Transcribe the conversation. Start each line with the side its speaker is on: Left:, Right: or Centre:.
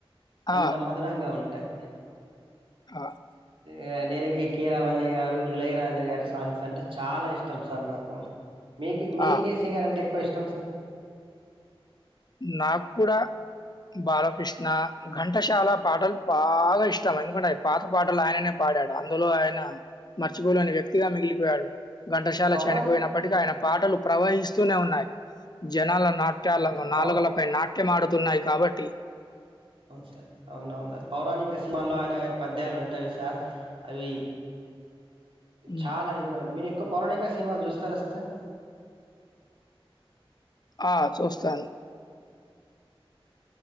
Left: ఆ!
Right: అంత మర్. అంగా ఉంటాయి.
Left: ఆహ్
Right: ఆహ్ నేరకి, కిరవాణి గారు, ఇలయరాజా గారి సాంగ్స్ అంటే చాలా ఇష్టం సార్ నాకు. మీకు
Left: ఆ!
Right: ఏ సింగర్ అంటే. కష్టం సార్.
Left: నాకు కూడా బాలకృష్ణ, ఘంటశాల పాటలు బాగా ఇష్టం. ఎందుకంటే పాత పాటలు ఆయననే పాడాడు. అందులో ఆయన మర్చిపోలేని వ్యక్తిగా మిగిలిపోయాడు. ఘంటషాల
Right: పౌరాణి
Left: చనిపోయినప్పటికి ఆయన పాటలు ప్రవహిస్తూనే ఉన్నాయి జనాలను. నాట్యాల.
Right: సార్. అవును
Left: నాలుకలపై నాట్యమాడుతున్నాయి కాబట్టి.
Right: సార్ అవునువును. మళ ఆయన గారి పద్యాలు ఉంటావి సార్ అవి.
Left: హ్మ్.
Right: చాల ఇదిగ ఉంటాయ్ మీర్ ఎక్. పౌరణిక సినిమాలు చూస్తార సార్
Left: ఆ చుస్తాను